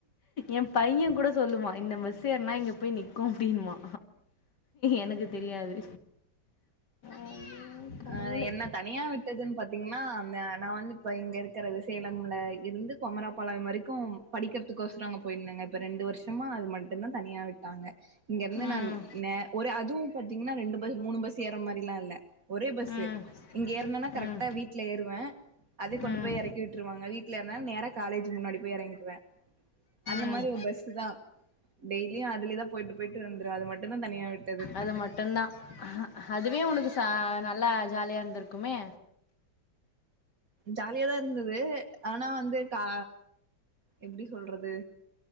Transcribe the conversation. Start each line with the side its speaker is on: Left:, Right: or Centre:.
Left: எ பைய கூட சொல்லுவா இந்த பஸ்ஸு ஏற்னா இங்க போய் நிக்கு அப்டின்வா எனக்கு தெரியாது ஐயோ, கடவுளே
Right: அ என்ன தனியா விட்டதுன் பாத்தீங்னா அந்த நா வந்து இப்ப இங்க இருக்கிறது சேலம்ல இருந்து பொமராப்பாலயம் வரிக்கும் படிக்கிற்துக்கோச்ர அங்க போயிர்ந்தேங்க இப்ப ரெண்டு வர்ஷமா அது மட்டுதா தனியா விட்டாங்க இங்க இருந்து நா
Left: ம்
Right: நே ஒரு அதுவு பாத்தீங்னா ரெண்டு பஸ் மூணு பஸ் ஏற மாரிலா இல்ல ஒரே பஸ்ஸு
Left: ம்
Right: இங்க ஏற்னனா கரெக்டா
Left: ம்
Right: வீட்ல ஏறுவ அதே கொண்டு
Left: ம்
Right: போய் எறக்கி விட் விட்ருவாங்க வீட்ல இர்ந்தா நேர காலேஜ் முன்னாடி போய் இறங்கிக்குவே அந்த
Left: ம்
Right: மாரி ஒரு பஸ்ஸு தா டெய்லியு அதுலே தா போயிட்டு போயிட்டு வந்துருவே அது மட்டு தா தனியா விட்
Left: அது மட்டுந்தா அதுவே உனுக்கு ச நல்லா ஜாலியா இருந்திருக்குமே
Right: ஜாலியாதா இர்ந்துது ஆனா வந்து கா எப்டி சொல்றது